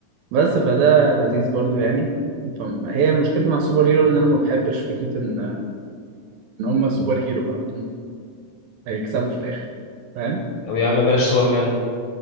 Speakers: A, on the right; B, on the left.
A: بس فده لذيذ برضو يعني فهي مشكلتي مع السوبر هيرو ان انا ما بحبش فكره ان ان هم سوبر هيرو بقى هيكسبوا في الاخر فاهم
B: طب يا عم بلاش سوبرمان